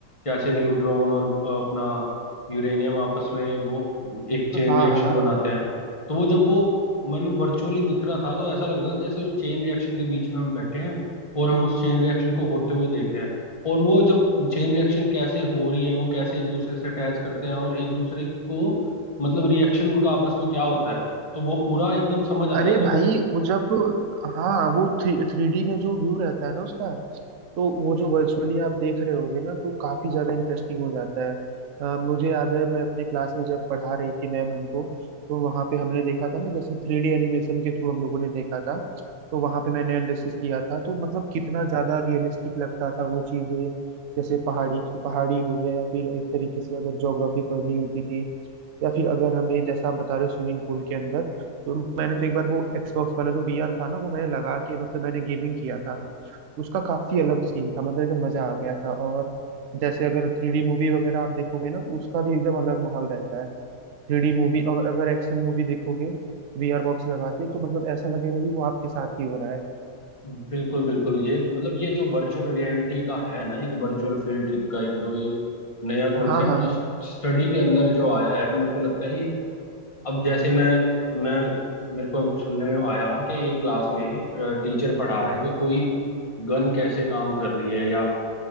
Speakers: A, on the left (about 20°); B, on the right (about 65°).
A: कैसे न्यूट्रॉन और अ, अपना यूरेनियम आपस में वो एक चेन
B: हाँ
A: रिएक्शन
B: हाँ हाँ
A: बनाते
B: हाँ।
A: हैं तो वो जब वो मतलब वर्चुअली दिख रहा था तो ऐसा लग रहा था जैसे उस चेन रिएक्शन के बीच में हम बैठे हैं और हम उस चेन रिएक्शन को होते हुए देख रहे हैं और वो जब चेन रिएक्शन कैसे हो रही है वो कैसे एक दूसरे से अटैच करते हैं और एक दूसरे को मतलब रिएक्शन उनका आपस में क्या होता है तो वो पूरा एकदम समझ आता
B: अरे
A: है तो
B: भाई वो जब हाँ वो थ्री थ्री डी में जो व्यू रहता है ना उसका तो वो जो वर्चुअली आप देख रहे होगे ना तो काफी ज्यादा इंटरेस्टिंग हो जाता है अ, मुझे याद है मैं अपने क्लास में जब पढ़ा रही थी मैम हमको तो वहां पे हमने देखा था ना जैसे थ्री डी एनिमेशन के थ्रू हम लोगों ने देखा था तो वहां पे मैंने एनालिसिस किया था तो मतलब कितना ज्यादा रियलिस्टिक लगता था वो चीजें जैसे पहाड़ी पहाड़ी हो गया या फिर एक तरीके से अगर ज्योग्राफी पढ़नी होती थी या फिर अगर हमें जैसा आप बता रहे हो स्विमिंग पूल के अंदर तो मैंने तो एक बार वो एक्सबॉक्स वाला जो वीआर था ना वो मैंने लगा के मतलब मैंने गेमिंग किया था उसका काफी अलग सीन था मतलब एकदम मजा आ गया था और जैसे अगर थ्री डी मूवी वगैरह आप देखोगे ना तो उसका भी एकदम अलग माहौल रहता है थ्री डी मूवी अगर अगर एक्शन मूवी देखोगे वीआर बॉक्स लगा के तो मतलब ऐसा लगेगा कि वो आपके साथ ही हो रहा है
A: बिल्कुल बिल्कुल ये मतलब ये जो वर्चुअल रियलिटी का है ना एक वर्चुअल फील्ड ट्रिप का एक जो ये नया कॉन्सेप्ट
B: हाँ हाँ
A: जो
B: हाँ
A: स्टडी के अंदर जो आया है मेरे को लगता है ये अब जैसे मैं मैं मेरे को अब सुनने में आया कि एक क्लास में टीचर पढ़ा रहा है कि कोई गन कैसे काम कर रही है या